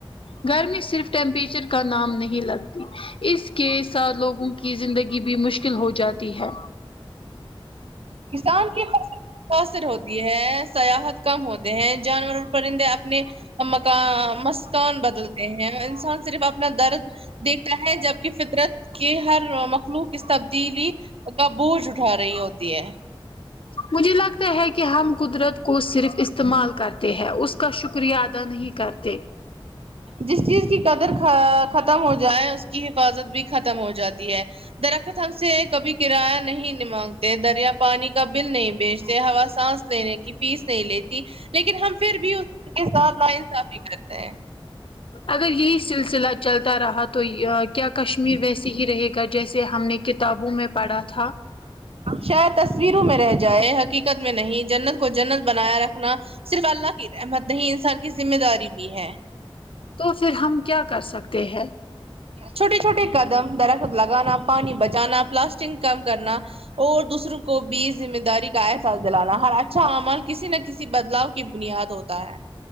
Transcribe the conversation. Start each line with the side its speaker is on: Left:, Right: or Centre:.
Left: گھر میں صرف ٹیمپریچر کا نام نہیں لگتی اس کے ساتھ لوگوں کی زندگی بھی مشکل مشکل ہو جاتی ہے
Right: کسان کی فصل متاثر ہوتی ہے سیاحت کم ہوتے ہیں جانور اور پرندے اپنے مکان مسکان بدلتے ہیں انسان صرف اپنا درد دیکھتا ہے جبکہ فطرت کے ہر مخلوق اس تبدیلی کا بوجھ اٹھا رہی ہوتی ہے
Left: مجھے لگتا ہے کہ ہم قدرت کو صرف استعمال کرتے ہیں اس کا شکریہ ادا نہیں کرتے
Right: جس چیز کی قدر ختم ہو جائے اس کی حفاظت بھی ختم ہو جاتی ہے درخت ہم سے کبھی کرایہ نہیں مانگتے دریا پانی کا بل نہیں بیچتےہیں ہوا سانس لینے کی فیس نہیں لیتی لیکن ہم پھر بھی اس کے ساتھ نا انصافی کرتے ہیں
Left: اگر یہی سلسلہ چلتا رہا تو یہ کیا کشمیر ویسے ہی رہے گا جیسے ہم نے کتابوں میں پڑھا تھا
Right: شاید تصویروں میں رہ جائے حقیقت میں نہیں جنت کو جنت بنایا رکھنا صرف اللہ کی رحمت نہیں انسان کی ذمہ داری بھی ہے
Left: تو پھر ہم کیا کر سکتے ہیں
Right: چھوٹے چھوٹے قدم درخت لگانا، پانی بچانا، پلاسٹک کم کرنا اور دوسروں کو بھی ذمہ داری کا احساس دلانا ہر اچھا اعمال کسی نہ کسی بدلاؤ کی بنیاد ہوتا ہے